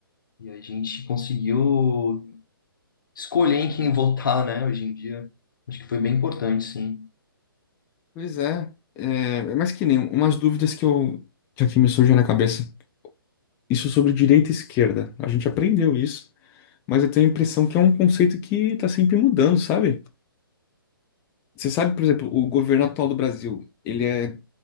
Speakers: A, on the left; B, on the left.
A: E a gente conseguiu escolher em quem votar, né? Hoje em dia. Acho que foi bem importante, sim.
B: pois é. É, mas que nem umas dúvidas que eu que aqui me surgiu na cabeça. Isso sobre direita e esquerda. A gente aprendeu isso. mas eu tenho a impressão que é um conceito que tá sempre mudando, sabe? Você sabe, por exemplo, o governo atual do Brasil, ele é